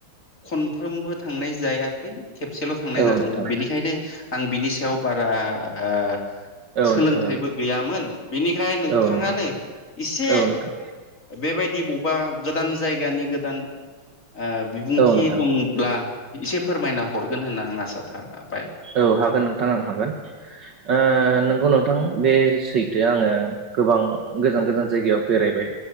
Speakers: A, on the left; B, on the right.
A: खनफ्रोमबो थांनाय जायाखै खेबसेल' थांनाय
B: औ
A: जादोंमोन
B: नोंथां
A: बेनिखायनो आं बिनि सायाव बारा ओ
B: औ
A: सोलोंथाइबो
B: नोंथां औ
A: गैयामोन बेनिखाय नोंथाङानो
B: औ नोंथां औ
A: एसे
B: नोंथां
A: बेबायदि बबेबा गोदान जायगानि गोदान ओ बिबुंथि
B: औ नोंथां
A: दंब्ला एसे फोरमायना हरगोन होनना आं आसा थाबाय ।
B: औ हागोन नोंथां आं हागोन। ओ नोंगौ नोंथां बे सैथो आङो गोबां गोजान गोजान जायगायाव बेरायबाय।